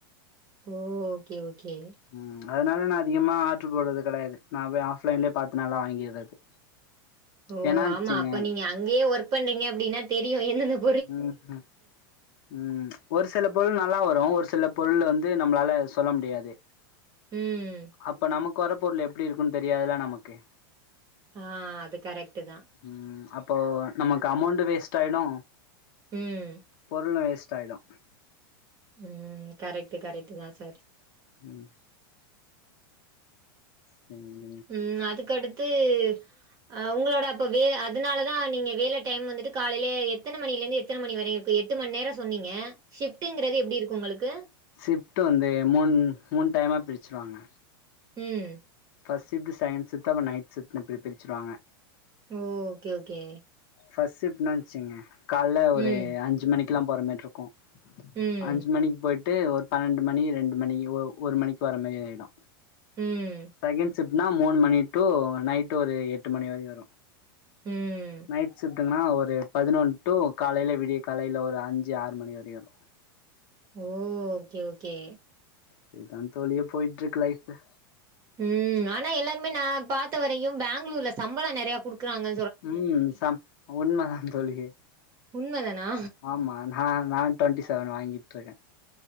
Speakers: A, on the right; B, on the left.
A: ஓ ஓகே ஓகே
B: ம் அதனால நா அதிகமா ஆர்டரு போட்றது கெடையாது நா போய் ஆஃப்லைன்லயே பாத்து நல்லா வாங்கிர்றது
A: ஓ
B: ஏன்னாச்சுங்க
A: ஆம்மா அப்ப நீங்க அங்கே ஒருக் பண்றீங்க அப்டின்ன தெரியு எந்தெந்தப்
B: ம்ஹி ம் ஒரு சில பொருள் நல்லா வரு ஒரு சில பொருள் அந்து நம்ப்ளால சொல்ல முடியாது
A: ம்.
B: அப்ப நமக் வர பொருள் எப்டி இருக்குன் தெரியதுலா நமக்கு
A: ஆ அது கரெக்டு தா
B: ம் அப்போ நமக்கு அமௌண்ட் வேஸ்ட்டாய்டு
A: ம்.
B: பொருளு வேஸ்ட்டாய்டு
A: ம் கரெக்ட்டு கரெக்ட்டு தா சர்
B: ம் சய்யுன்
A: ம் அதுக்கடுத்து அ உங்களோட அப்போ வே அதனால தா நீங்க வேல டைம் வந்துட்டு காலைலே எத்தன மணிலேந்து எத்தன மணி வரையுர் ப்ப எட்டு மண் நேர சொன்னீங்க ஷிப்டுங்கிறது எப்டி இருக்கு உங்களுக்கு
B: ஷிஃப்ட்டு வந்து மூண் மூண் டைமா பிரிச்ருவாங்க
A: ம்
B: ஃபஸ் ஷிப்ட் செகண் ஷிப்ட் அப்புற நைட் ஷிப்ட் அப்டி பிரிச்சுருவாங்க
A: ஓ க்கே ஓக்கே
B: ஃபஸ் ஷிப் நா வச்சிங்க கால்ல ஒரு
A: ம்.
B: அஞ்சு மணிக்கெல்லாம் போற மேர் ருக்கு
A: ம்.
B: அஞ்சு மணிக்கு பொய்ட்டு ஒரு பன்னெண்டு மணி ரெண்டு மணிஒ ஒரு மணிக்கு வர மேரி ஆய்டு
A: ம்
B: சகண்ட் ஷிப்னா மூண் மணி டூ நைட்டு ஒரு எட்டு மணி வரி வரு
A: ம்.
B: நைட் ஷிப்டுங்கன்னா ஒரு பதினொன் டூ காலைலே விடிய காலைல ஒரு அஞ்சு ஆறு மணி வரி வரு
A: ஓ ஓக்கே ஓக்கே
B: ப்பி தான் தோழியே போய்ட்டுருக்கு லைஃபு
A: ம் ஆனா எல்லார்மே நா பாத்த வரையும் பேங்களூர்ல சம்பளொ நெறைய குடுக்குறாங்க
B: ம் சம் உண்மதா தோழியே
A: உண்ம தனா
B: ஆம்மா நான் நா டொன்டி செவன் வாங்கிட்ருக்க